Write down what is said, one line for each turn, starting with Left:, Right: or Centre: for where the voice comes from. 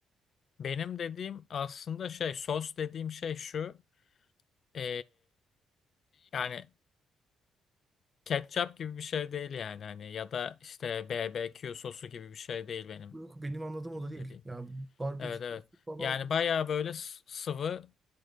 Left: Benim dediğim aslında şey sos dediğim şey şu. Ee, yani ketçap gibi bir şey değil yani hani ya da işte BBQ sosu gibi bir şey değil benim
Right: Yok benim anladığım o
Left: dediğim.
Right: da değil. Yani barbekü
Left: Evet
Right: sosu
Left: evet.
Right: falan
Left: Yani
Right: onda.
Left: bayağı böyle s- sıvı